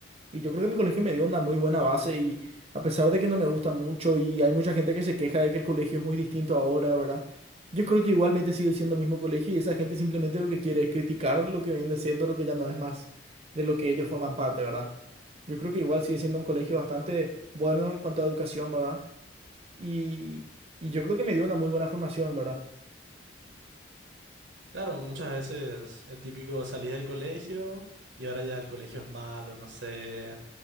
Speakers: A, on the right; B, on the right.
A: Y yo creo que mi colegio me dio una muy buena base y a pesar de que no me gusta mucho y hay mucha gente que se queja de que el colegio es muy distinto ahora, ¿verdad? Yo creo que igualmente sigue siendo el mismo colegio y esa gente simplemente lo que quiere es criticar lo que viene siendo, lo que ya no es más de lo que ellos forman parte, ¿verdad? Yo creo que igual sigue siendo un colegio bastante bueno en cuanto a educación, ¿verdad? Y, y yo creo que me dio una muy buena formación, ¿verdad?
B: Claro, muchas veces el típico salís del colegio y ahora ya el colegio es malo, no sé,